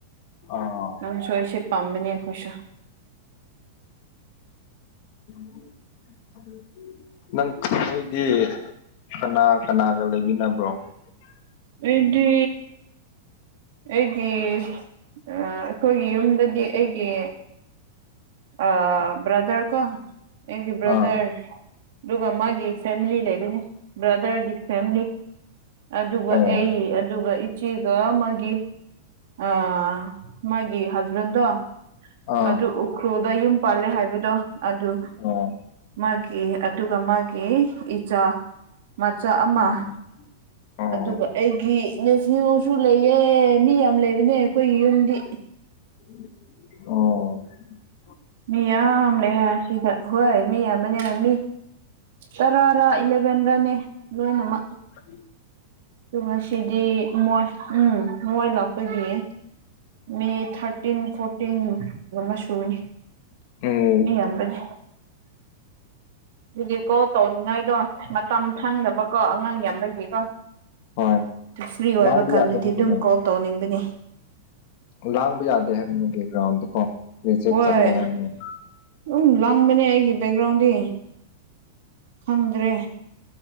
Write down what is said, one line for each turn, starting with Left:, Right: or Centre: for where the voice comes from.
Left: ꯑꯥ
Right: ꯅꯪ ꯁꯣꯏꯁꯦ ꯄꯥꯝꯕꯅꯦ ꯑꯈꯣꯏꯁꯨ
Left: <inaudible> ꯅꯪ ꯈ ꯅꯣꯏꯗꯤ ꯀꯅꯥ ꯀꯅꯥꯒ ꯂꯩꯃꯤꯟꯅꯕ꯭ꯔꯣ
Right: ꯑꯩꯗꯤ ꯑꯩꯒꯤ ꯑꯥ ꯑꯩꯈꯣꯏꯒꯤ ꯌꯨꯝꯗꯗꯤ ꯑꯩꯒꯤ ꯑꯥ ꯕ꯭ꯔꯗꯔ ꯀꯣ ꯑꯩꯒꯤ ꯕ꯭ꯔꯗꯔ
Left: ꯑꯥ
Right: ꯑꯗꯨꯒ ꯃꯥꯒꯤ ꯐꯦꯝꯂꯤ ꯂꯩꯕꯅꯤ ꯕ꯭ꯔꯗꯔꯒꯤ ꯐꯦꯝꯂꯤ ꯑꯗꯨꯒ
Left: ꯑꯣ
Right: ꯑꯩ ꯑꯗꯨꯒ ꯆꯤꯒ ꯃꯥꯒꯤ ꯑ ꯃꯥꯒꯤ ꯍꯖꯕꯦꯟꯗꯣ
Left: ꯑꯥ
Right: ꯑꯗꯨ ꯎꯈ꯭ꯔꯨꯜꯗ ꯌꯨꯝ ꯄꯥꯜꯂꯦ ꯍꯥꯏꯕꯗꯣ ꯑꯗꯨ
Left: ꯑꯣ
Right: ꯃꯥꯒꯤ ꯑꯗꯨꯒ ꯃꯥꯒꯤ ꯏꯆꯥ ꯃꯆꯥ ꯑꯃ
Left: ꯎꯝ ꯑꯣ
Right: ꯑꯗꯨꯒ ꯑꯩꯒꯤ ꯅꯦꯐ꯭ꯌꯨꯁꯨ ꯂꯩꯌꯦ ꯃꯤ ꯌꯥꯝ ꯂꯩꯕꯅꯦ ꯑꯩꯈꯣꯏꯒꯤ ꯌꯨꯝꯗꯤ
Left: ꯑꯣ
Right: ꯃꯤ ꯌꯥꯝ ꯂꯩꯌꯦ ꯁꯤꯗꯥ ꯍꯣꯏ ꯃꯤ ꯌꯥꯝꯕꯥꯅꯦ ꯌꯥꯃꯤ ꯇꯔꯥꯔꯥ ꯏꯂꯕꯦꯟ꯭ꯔꯅꯦ ꯂꯣꯏꯅꯃꯛ
Left: ꯎꯝ <inaudible>
Right: ꯎꯝ ꯉꯁꯤꯗꯤ ꯃꯣꯏ ꯎꯝ ꯃꯣꯏ ꯂꯥꯛꯄꯒꯤ ꯃꯤ ꯊꯥꯔꯇꯤꯟ ꯐꯣꯔꯇꯤꯟ ꯒꯨꯝꯕꯥ ꯁꯨꯒꯅꯤ
Left: ꯎꯝ
Right: ꯃꯤ ꯌꯥꯝꯕꯥꯅꯤ ꯑꯗꯨꯒꯤ ꯀꯣꯜ ꯇꯧꯅꯤꯡꯉꯥꯏꯗꯣ ꯃꯇꯝ ꯐꯪꯗꯕꯀꯣ ꯑꯉꯥꯡ ꯌꯥꯝ ꯂꯩꯕꯩꯀꯣ
Left: ꯍꯣꯏ
Right: ꯑꯗꯨ ꯐ꯭ꯔꯤ ꯑꯣꯏꯕ
Left: ꯂꯥꯡꯕ
Right: ꯀꯥꯟꯗꯗꯤ
Left: ꯌꯥꯗꯦ ꯍꯥꯏꯕꯅꯦ
Right: ꯑꯗꯨꯝ ꯀꯣꯜ ꯇꯧꯅꯤꯡꯕꯅꯦ
Left: ꯂꯥꯡꯕ ꯌꯥꯗꯦ ꯍꯥꯏꯕꯅꯦ ꯒ꯭ꯔꯥꯎꯟꯗꯀꯣ ꯔꯤꯖꯦꯛ
Right: ꯍꯣꯏ
Left: ꯆꯠꯂꯦ ꯍꯥꯏꯕꯅꯦ
Right: ꯑꯗꯨꯝ ꯂꯥꯡꯕꯅꯦ ꯑꯩꯒꯤ ꯕꯦꯛꯒ꯭ꯔꯥꯎꯟꯗꯤ ꯈꯪꯗ꯭ꯔꯦ